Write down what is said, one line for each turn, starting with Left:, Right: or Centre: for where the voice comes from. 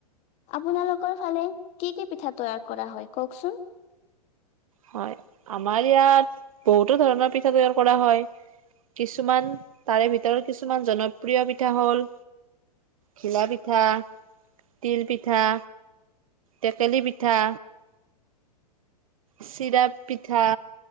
Left: আপোনালোকৰ ফালে কি কি পিঠা তৈয়াৰ কৰা হ'য় কওকচোন।
Right: হয়, আমাৰ ইয়াত বহুতো ধৰণৰ পিঠা তৈয়াৰ কৰা হয়। কিছুমান, তাৰে ভিতৰত কিছুমান জনপ্ৰিয় পিঠা হ'ল ঘিলা পিঠা, তিল পিঠা। টেকেলি পিঠা। চিৰাপ পিঠা